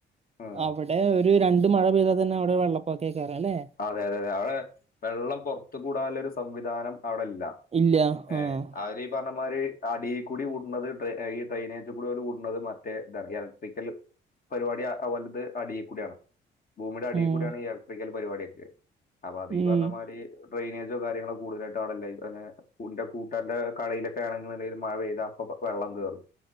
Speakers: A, on the left; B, on the right.
A: ഉം
B: അവിടെ ഒരു രണ്ട് മഴ പെയ്ത തന്നെ അവിടെ വെള്ളപ്പൊക്കെക്കാരും അല്ലേ?
A: അതെ അതെതെ അവിടെ വെള്ളം പുറത്ത്ക്ക് വിടാനുള്ള സംവിധാനം അവിടെ ഇല്ല.
B: ഇല്ല
A: ഏഹ്
B: ആഹ്
A: ആ ഒര് ഈ പറമാരീ അടിയി കൂടി കൂടുന്നത് ഈ ഡ്രെനേജ് കൂടി കൂടുന്നത് മറ്റേ ഇതാണ് ഇലക്ട്രിക്കൽ പരിപാടി ഓലത് അടീ കൂടിയാണ് ഭൂമിടെ അടീ
B: ഉം
A: കൂടിയാണ് ഇലക്ട്രിക്കൽ പരിപാടിയൊക്കെ അപ്പൊ അത് ഈ
B: ഉം
A: പറഞ്ഞ മാരി ഡ്രെയിനേജോ കാര്യങ്ങളോ കൂടുതലായിട്ട് അവിടില്ല ഇൻ്റെ കൂട്ടരൻ്റെ കടയിലൊക്കെ ആണ് ന്ന് ഇണ്ടെങ്കി മഴ പെയ്താ അപ്പൊ വെള്ളം കേറും.